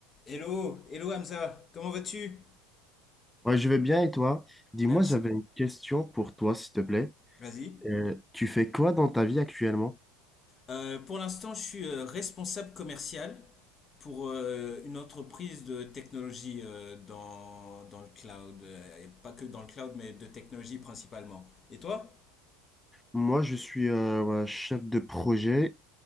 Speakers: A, on the left; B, in the centre.
A: Hello, hello Hamza, comment vas-tu?
B: Ouais, je vais bien et toi? Dis-moi,
A: Merci.
B: j'avais une question pour toi, s'il te plaît.
A: Moi, Vas-y.
B: Euh, tu fais quoi dans ta vie actuellement?
A: Euh, pour l'instant, je suis euh, responsable commercial pour euh, une entreprise de technologie euh, dans, dans le cloud. euh, Et pas que dans le cloud, mais de technologie principalement. Et toi?
B: Moi, je suis euh, ouais, chef de projet